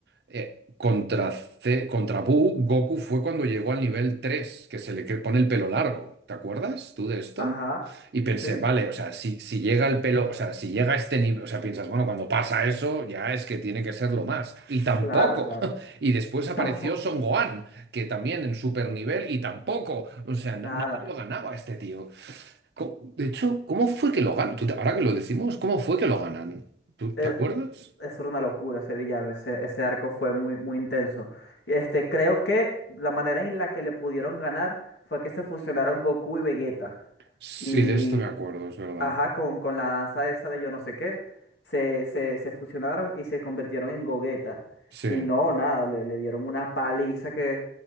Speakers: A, on the right; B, on the left.
A: eh, contra, C- contra Buu, Goku fue cuando llegó al nivel 3 que se le cre- pone el pelo largo. ¿Te acuerdas tú de esto?
B: Ajá,
A: Y pensé,
B: sí,
A: vale, o sea, si, si llega el pelo, o sea, si llega a este nivel, o sea, piensas, bueno, cuando pasa eso, ya es que tiene que ser lo más. Y tampoco.
B: claro, claro.
A: <laughs> Y después apareció
B: Tampoco,
A: Son Gohan, que también en super nivel, y tampoco. O sea, na-
B: nada.
A: nadie lo ganaba a este tío. Co- De hecho, ¿cómo fue que lo ganan? Tú te- Ahora que lo decimos, ¿cómo fue que lo ganan? ¿Tú
B: Era-
A: te acuerdas?
B: eso era una locura ese villano, ese, ese arco fue muy, muy intenso. Este, creo que la manera en la que le pudieron ganar fue que se fusionaron Goku y Vegeta.
A: Sí,
B: y
A: de esto me acuerdo, es verdad.
B: Ajá, con, con la danza esa de yo no sé qué, se, se, se fusionaron y se convirtieron en gogueta.
A: Sí.
B: Y no, nada, le, le dieron una paliza que,